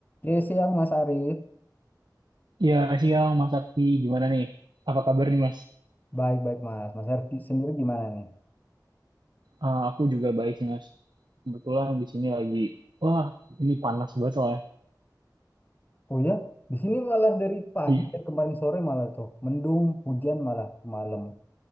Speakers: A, on the left; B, on the right.
A: Iya siang Mas Arif.
B: Ya, siang Mas Sakti. Gimana nih? Apa kabar nih Mas?
A: Baik-baik Mas. Mas Arif di- sendiri gimana nih?
B: Eh, aku juga baik sih Mas. Kebetulan di sini lagi, wah ini panas banget soalnya.
A: Oh ya, di sini malah dari pagi
B: Iya.
A: dari kemarin sore malah tuh mendung, hujan malah malam.